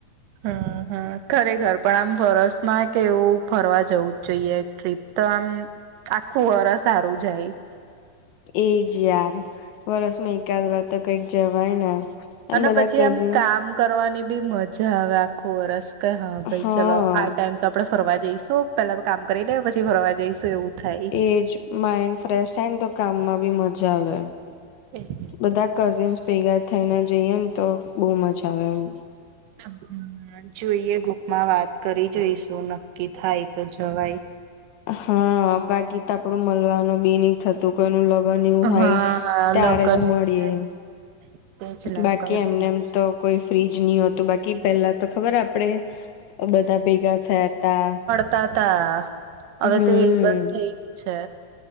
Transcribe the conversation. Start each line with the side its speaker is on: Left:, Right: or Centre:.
Right: હ હ ખરેખર પણ આમ વરસમાં કે એવું ફરવા જવું જ જોઈએ, ટ્રીપ તો આમ આખું વરસ સારું જાય
Left: એજ યાર વરસમાં એકાદ વા તો કઈક જવાય ને
Right: અને
Left: બધા
Right: પછી
Left: કઝિન્સ
Right: આમ કામ કરવાની ભી મજા આવે આખું વરસ કે હા ભાઈ
Left: હા
Right: ચલો આ ટાઈમ તો આપડે ફરવા જઈશું પેલા કામ કરી લે પછી ફરવા જઈશું એવું થાય.
Left: એજ માઈન્ડ ફ્રેશ થાય ને તો કામમાં ભી મજા આવે.
Right: એ જ
Left: બધા કઝિન્સ ભેગા થઈને જઈએે ને તો, બહુ મજા આવે એમ
Right: હ.. જોઈએ ગુપમાં વાત કરી જોઈશું, નક્કી થાય તો જવાય
Left: હા, બાકી તો આપડુ મલવાનું ભી નઇ થત કોઈ નુ લગન એવું હોય
Right: હા
Left: ત્યારે
Right: લગ્ન
Left: જ મળીએ.
Right: એવું થાય તેજ ને
Left: બાકી
Right: કઈ
Left: એમ
Right: ફંક્શન
Left: નેમ તો કોઈ ફ્રી જ નહી હોતું, બાકી પેલા તો ખબર આપડે બધા ભેગા થયા તા
Right: થતા, હવે
Left: હમ
Right: તો એય બંધ ગયું છે.